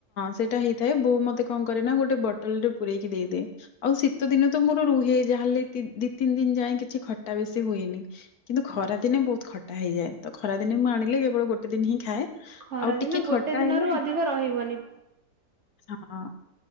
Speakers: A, on the left; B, on the right.
A: ସେଇଟା ହେଇ ଥାଏ। ବୋଉ ମତେ କଣ କରେ ନା ଗୋଟେ ବଟଲରେ ପୁରଇକି ଦେଇଦିଏ ଆଉ ଶୀତଦିନେ ତ ମୋର ରୁହେ ଯାହେଲେ ଦି ତିନ ଦିନ ଯାଏ କିଛି ଖ ଟା ବେଶୀ ହୁଏନି କିନ୍ତୁ ଖରା ଦିନେ ବହୁତ ଖଟା ହେଇଯାଏ। ତ ଖରା ଦିନେ ମୁଁ ଆଣିଲେ କେବଳ ଗୋଟେ ଦିନ ହିଁ ଖାଏ।
B: ଖରାଦିନେ
A: ଆଉ ଟିକେ
B: ଗୋଟେ
A: ଖଟା
B: ଦିନରୁ
A: ହେଲେ ନା
B: ଅଧିକ ରହିବନି।
A: ହଁ।